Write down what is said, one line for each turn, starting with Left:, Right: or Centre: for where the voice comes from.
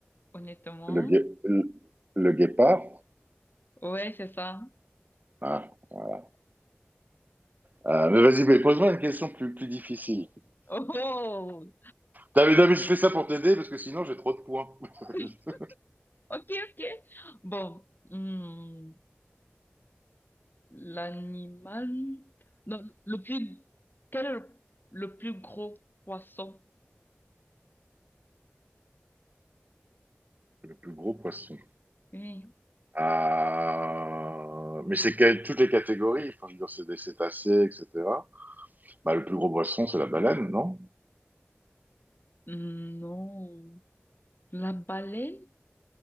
Left: honnêtement.
Right: le, gué- le, le guépard.
Left: Ouais, c'est ça.
Right: Ah, voilà. Euh, mais vas-y, mais pose-moi une question plus, plus difficile.
Left: Oh,
Right: David, David, je fais ça pour t'aider parce que sinon j'ai trop de points. <laughs>
Left: <laughs> ok, ok. Bon, hmm, l'animal. Non, le plus. Quel est le, le plus gros poisson?
Right: le plus gros poisson.
Left: Oui.
Right: Euh, Mais c'est quelle toutes les catégories. Enfin, je veux dire, c'est des cétacés, etc. Bah, le plus gros poisson, c'est la baleine, non?
Left: Hmm, Non. La baleine?